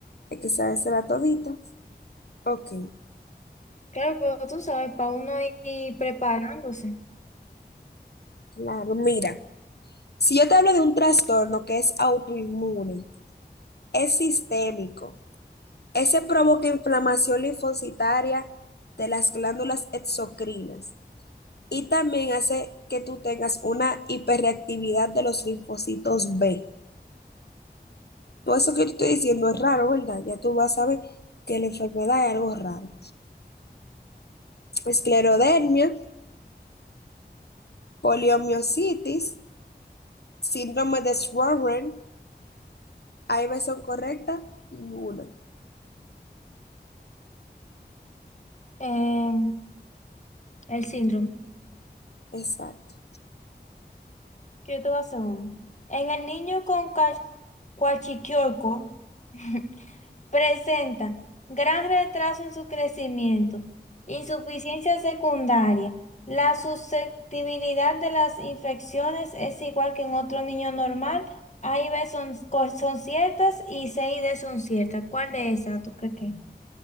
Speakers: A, on the left; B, on the left.
A: hay que saberse la todita. Ok,
B: Claro, pero tú sabes, para uno ir ir preparándose.
A: claro, mira, si yo te hablo de un trastorno que es autoinmune, es sistémico, ese provoca inflamación linfocitaria de las glándulas exocrinas. y también hace que tú tengas una hiperreactividad de los linfocitos B. Todo eso que te estoy diciendo es raro, ¿verdad? Ya tú vas a ver que la enfermedad es algo raro. Esclerodermia, poliomiositis, síndrome de Sjögren, ¿hay versión correcta? Ninguna.
B: Eh, el síndrome.
A: Exacto.
B: Que yo te voy a hacer uno. En el niño con cuachiquiorco <laughs> Presenta gran retraso en su crecimiento, insuficiencia secundaria. La susceptibilidad de las infecciones es igual que en otro niño normal. A y B son, co- son ciertas y C y D son ciertas. ¿Cuál de esas tú crees que? es?